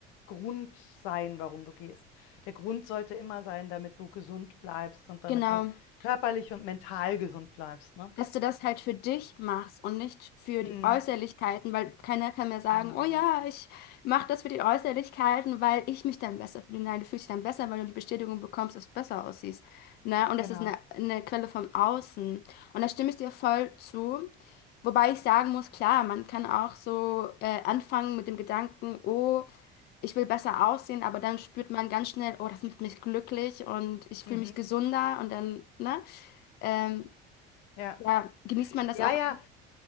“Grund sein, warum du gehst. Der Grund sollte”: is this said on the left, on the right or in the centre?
Left